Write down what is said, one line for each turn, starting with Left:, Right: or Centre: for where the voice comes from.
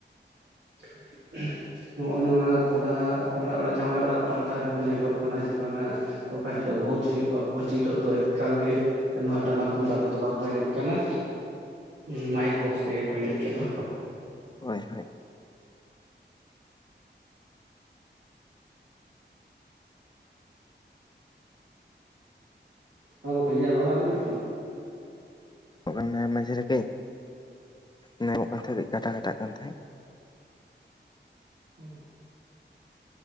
Right: <inaudible> ᱱᱚᱜᱼᱚ ᱱᱚᱣᱟ ᱠᱚᱲᱟ ᱠᱚᱲᱟ ᱚᱲᱟᱜ ᱡᱟᱶᱟᱭ ᱚᱲᱟᱜ ᱯᱟᱦᱴᱟ ᱨᱮᱦᱚᱸ ᱧᱮᱞᱚᱜ ᱠᱟᱱᱟ ᱡᱮ ᱵᱟᱝᱟ ᱚᱠᱟ ᱦᱤᱞᱚᱜ ᱵᱷᱳᱡᱽ ᱦᱩᱭᱩᱜᱼᱟ ᱵᱷᱳᱡᱽ ᱦᱤᱞᱚᱜ ᱫᱚ ᱮᱠᱟᱞ ᱜᱮ ᱮ ᱱᱚᱣᱟ ᱴᱟᱢᱟᱠ ᱛᱩᱢᱫᱟᱜ ᱛᱮᱫᱚ ᱵᱟᱠᱚ ᱮᱱᱮᱡ ᱠᱟᱱᱟ᱾ ᱩᱸ ᱢᱟᱭᱤᱠ ᱵᱚᱠᱥ ᱛᱮᱜᱮ ᱠᱚ ᱮᱱᱮᱡ ᱠᱟᱱᱟ᱾
Left: ᱦᱳᱭ ᱦᱳᱭ᱾
Right: ᱦᱚᱸ ᱵᱚᱠᱚᱧ ᱤᱧᱟᱜ ᱨᱚᱲ ᱟᱸᱚᱢ ᱧᱟᱢᱚᱜ ᱠᱟᱱᱟ?
Left: <inaudible> ᱢᱟᱡᱷᱮ ᱨᱮ ᱠᱟᱹᱡ ᱧᱟᱢᱚᱜ ᱠᱟᱱ ᱛᱟᱦᱮᱸᱜ ᱠᱟᱴᱟ ᱠᱟᱴᱟᱜ ᱠᱟᱱ ᱛᱟᱦᱮᱸᱜ᱾
Right: ᱚᱸ